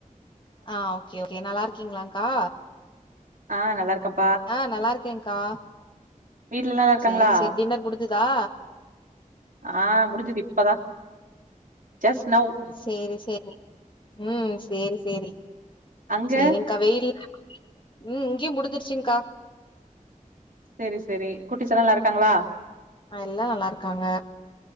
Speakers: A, on the left; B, on the right.
A: ஆ ஓகே ஓகே நல்லா இருக்கீங்களாங்கா
B: ஆ நல்லா இருக்கம்
A: ஆ நல்லா இருக்கேங்கா
B: வீட்லல்லா நல்லா இருக்காங்களா
A: சேரி சேரி டின்னர் முடுஞ்சுதா
B: ஆ முடுஞ்சது இப்பதா ஜஸ் நௌவ்
A: சேரி சேரி ம் சேரி சேரி
B: அங்க
A: ச்சேரி கா வெயில் ம் இங்கியு முடுஞ்சுர்ச்சுங்கா
B: சேரி சேரி குட்டிஸெல்லா நல்லா இருக்காங்களா
A: அ எல்லா நல்லா இருக்காங்க